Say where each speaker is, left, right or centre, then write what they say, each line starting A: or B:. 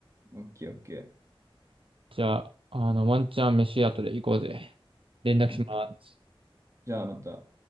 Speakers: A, on the right; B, on the right.
A: オッケーオッケー。
B: じゃあ、あの、ワンチャン飯後で行こうぜ。連絡します。
A: オッケー。じゃあまた。